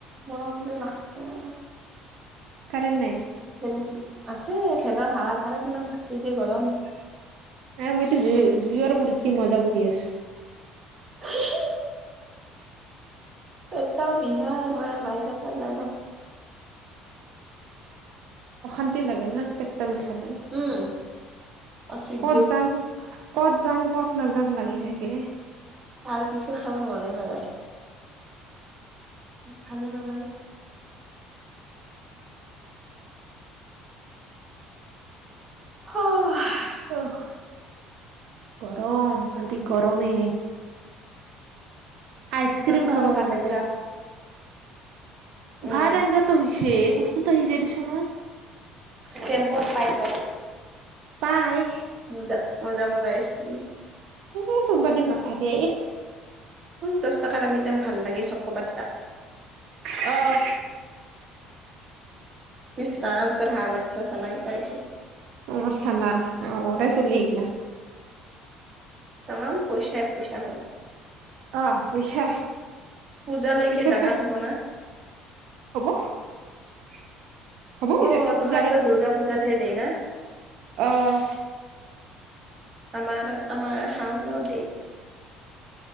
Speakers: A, on the right (about 20°); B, on the right (about 65°).
A: গৰম যে লাগছে।
B: কাৰেণ্ট নাই?
A: ফেন আছে। ফেনৰ হাৱাত আৰু কিমান থাকবি যে গৰম।
B: নাই, মইতো জুই- জুইৰ গুৰিত কি মজা বহি আছোঁ।
A: হ <inaudible> পেটটাও বিষায়, মই আৰু বাহিৰত <unintelligible> ‌ন'।
B: অশান্তি লাগে না পেটটা বিষালে?
A: উম, আচুৰ্য
B: ক'ত যাঙ ক'ত যাঙ, ক'ত নাযাঙ লাগি থাকে।
A: আৰু কিছু খাব মনে নাযায়। ভালে নালাগে। <inaudible>
B: অহ, গৰম খালি গৰমে। আইচক্ৰীম
A: তোৰ হ'ল
B: খাব
A: ভাত
B: মন
A: আঞ্জা,
B: যায়।
A: উম।
B: ভাত আঞ্জাত টো হৈছে, কচুটা সিজাই দিছোঁ ন'।
A: কেম্পত পাইছ।
B: পায়।
A: মজা, মজা-মজা আইচক্ৰীম।
B: এ কোনোবা দিন নাথাকে এ।
A: উম, দশ টাকা দামী তাম ভাল লাগে চ'ক'বা টা।
B: অ'।
A: ইস ৰাম! তোৰ হা‌ঁহ বাচ্ছা চানা কেইটা আহিছে।
B: মোৰ চানা, মোৰে ছলি এইগিলা।
A: তামাম পইচাই-পইচা হ'ব।
B: আহ পইচা
A: পূজালৈকে
B: পিছত
A: ডাঙাৰ
B: বা
A: হব না?
B: হ'ব।
A: <unintelligible>
B: হ'ব কিজানি
A: অ',
B: পূজাৰ
A: তোহাততো, দুৰ্গা পূজাতহে, দেই না?
B: আহ
A: আমাৰ আমাৰ, শাওনত দেই।